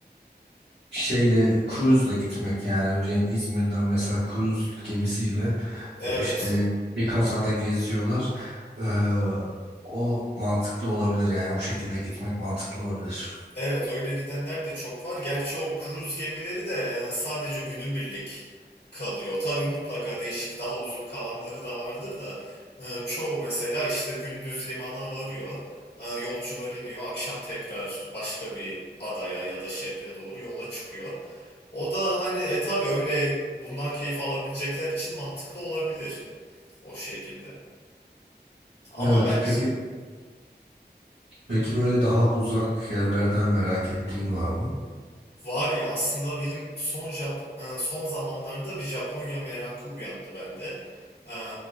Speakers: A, on the right (about 85°); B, on the left (about 60°).
A: şeyle cruise'la gitmek yani örneğin İzmir'den mesela cruise gemisiyle
B: Evet.
A: e, işte birkaç ada geziyorlar Ee, o mantıklı olabilir yani o şekilde gitmek mantıklı olabilir.
B: Evet öyle gidenler de çok var. Gerçi o kruz gemileri de e, sadece günübirlik kalıyor. Tabii mutlaka değişik daha uzun kalanları da vardır da e, çoğu mesela işte gündüz limana varıyor. E, Yolcular iniyor. Akşam tekrar başka bir adaya ya da şehre doğru yola çıkıyor. O da hani e tabii öyle bundan keyif alabilecekler için mantıklı olabilir o şekilde. Ama
A: Evet
B: ben
A: peki peki böyle daha uzak yerlerden merak ettiğin var mı?
B: Var ya aslında benim son Jap e, son zamanlarda bir Japonya merakı uyandı bende. E,